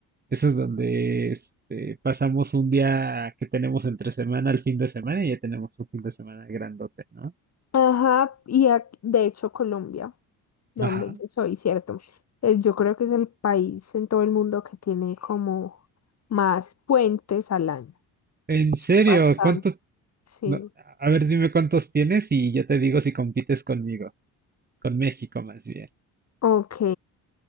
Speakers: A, on the right; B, on the left.
A: Eso es donde este, pasamos un día que tenemos entre semana al fin de semana y ya tenemos un fin de semana grandote, ¿no?
B: Ajá, y ac- de hecho Colombia, de
A: Ajá.
B: donde yo soy, ¿cierto? Eh, Yo creo que es el país en todo el mundo que tiene como más puentes al año.
A: En serio,
B: Son bastante,
A: ¿cuántos?
B: sí.
A: no, a ver, dime cuántos tienes y yo te digo si compites conmigo, con México más bien.
B: Ok,